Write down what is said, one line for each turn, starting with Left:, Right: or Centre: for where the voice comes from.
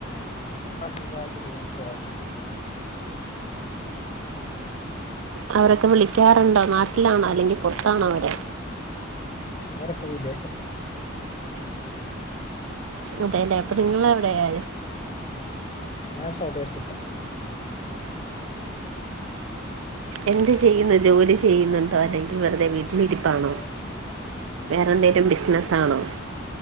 Left: ആഹ് സുഖായിട്ടിരിക്കുന്ന് <unintelligible>
Right: അവരൊക്കെ വിളിക്കാറുണ്ടോ നാട്ടിലാണോ അല്ലെങ്കി പൊറത്താണോ അവര്
Left: അവരൊക്കെ വിദേശത്ത
Right: അതേല്ലേ അപ്പൊ നിങ്ങള് എവിടെയാ
Left: ഞാൻ സ്വദേശത്ത
Right: എന്ത് ചെയ്യുന്നു ജോലി ചെയ്യുന്നുണ്ടോ അല്ലെങ്കി വെറുതെ വീട്ടിലിരിപ്പാണോ?
Left: <unintelligible>
Right: വേറെന്തേലും ബിസിനസ്സ് ആണോ